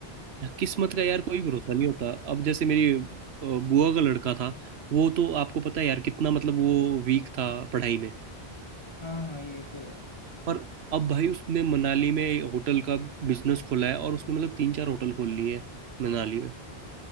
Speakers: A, on the right (about 80°); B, on the left (about 30°).
A: किस्मत का यार कोई भरोसा नहीं होता अब जैसे मेरी अ, बुआ का लड़का था वो तो आपको पता है यार कितना मतलब वो वीक था पढ़ाई में
B: हाँ हाँ ये तो है
A: और अब भाई उसने मनाली में एक होटल का बिजनेस खोला है और उसने मतलब तीन चार होटल खोल लिए हैं मनाली में